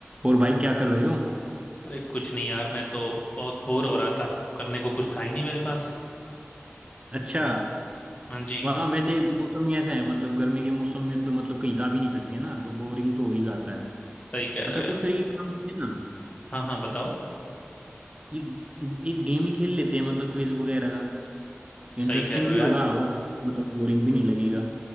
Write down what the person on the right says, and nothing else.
और भाई क्या कर रहे हो
अच्छा
वहाँ वैसे मौसम ही ऐसा है मतलब गर्मी के मौसम में तो मतलब कहीं जा भी नहीं सकते ना तो बोरिंग तो हो ही जाता है
अच्छा
तो
फिर ये काम करिए ना
ये एक गेम ही खेल लेते हैं मतलब क्विज वगैरह का इंटरेस्टिंग
भी
होगा और मतलब बोरिंग भी नहीं लगेगा